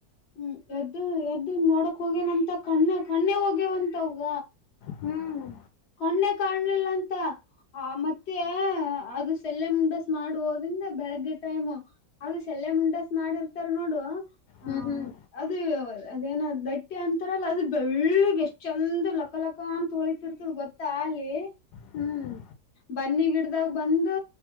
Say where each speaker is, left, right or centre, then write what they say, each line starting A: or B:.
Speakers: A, on the left; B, on the left.
A: ಹ್ಮ್, ಎದ್ದು ಎದ್ದ ನೋಡಕ್ ಹೋಗೇನಂತ ಕಣ್ಣ ಕಣ್ಣೆ ಹೋಗ್ಯವಂತವಗ.
B: ಹ್ಮ್,
A: ಕಣ್ಣೆ ಕಾಣ್ಲಿಲ್ಲ ಅಂತ ಆ ಮತ್ತೆ ಅದು ಸಲ್ಲೆ ಮುಂಡಸ್ ಮಾಡುವದ್ರಿಂದ ಬೆಳಗ್ಗೆ ಟೈಮ್ ಅದು ಶೆಲ್ಲೆ ಮುಂಡಸ್ ಮಾಡಿರ್ತಾರ ನೋಡು ಹ್ಮ
B: ಹ್ಮ್, ಹ್ಮ್-
A: ಅದು ಅದೇನ ದಟ್ಟಿ ಅಂತಾರಲ್ಲ ಅದು ಬೆಳ್ಳಿಗ್ ಎಷ್ಟ್ ಚಂದ ಲಕ್ಕಲ ಕ್ಕ ಅಂತ ಹೊಳಿತಿರ್ ಗೊತ್ತಾ ಅಲಿ <unintelligible>
B: ಹ್ಮ್
A: ಬನ್ನಿ ಗಿಡದಾಗ ಬಂದು